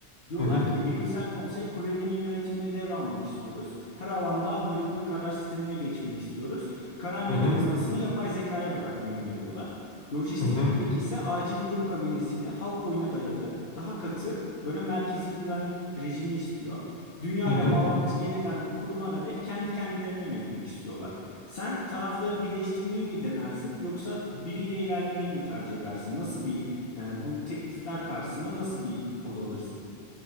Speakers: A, on the left; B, on the left.
A: Diyorlar
B: Hı hı.
A: ki bilimsel konsey Koreli'nin yönetimini devralmak istiyoruz. Her alanda algoritmik karar sistemine geçmek istiyoruz. Karar mekanizmasını
B: Hı hı. Hı hı.
A: yapay zekaya bırakmayı öneriyorlar. Lojistik
B: Hı hı.
A: birlik ise acil durum kabinesiyle halk oyuna dayalı daha katı böyle merkezi güvenlik rejimi istiyor. Dünya
B: Hı
A: ile
B: hı.
A: bağlantı yeniden kurulana dek kendi kendilerini yönetmek istiyorlar. Sen tarafları birleştirmeyi mi denersin yoksa biriyle ilerlemeyi mi tercih edersin? Nasıl bir e, bu teklifler karşısında nasıl bir poz alırsın?